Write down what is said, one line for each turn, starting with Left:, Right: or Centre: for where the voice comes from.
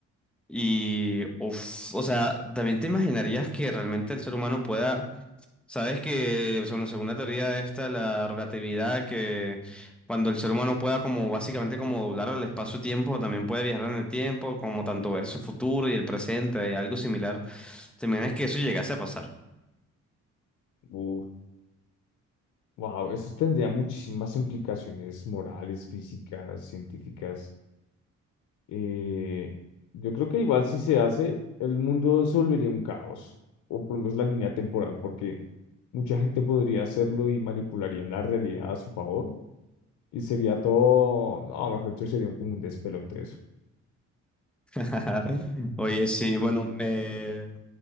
Centre: Y, uf, o sea, también te imaginarías que realmente el ser humano pueda Sabes que según la segunda teoría esta, la relatividad, que cuando el ser humano pueda como básicamente como doblar el espacio-tiempo, también puede viajar en el tiempo, como tanto ver su futuro y el presente, y algo similar. ¿Te imaginas que eso llegase a pasar?
Left: Uf, Wow, eso tendría muchísimas implicaciones morales, físicas, científicas. Eh, yo creo que igual si se hace, el mundo se volvería un caos, o por lo menos la línea temporal, porque mucha gente podría hacerlo y manipularía la realidad a su favor, y sería todo, no, mejor dicho, sería un- como un despelote eso.
Centre: <laughs> Oye, sí, bueno, me...